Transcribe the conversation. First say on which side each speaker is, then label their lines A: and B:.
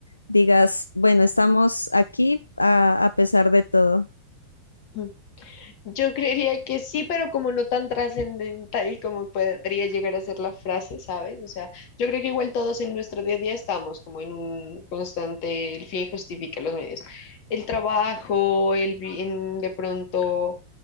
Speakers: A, on the left; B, on the left.
A: digas, bueno, estamos aquí a, a pesar de todo?
B: Mm. Yo creería que sí, pero como no tan trascendental como podría llegar a ser la frase, ¿sabes? O sea, yo creo que igual todos en nuestro día a día estamos como en un constante, el fin justifica los medios. El trabajo, el bien, de pronto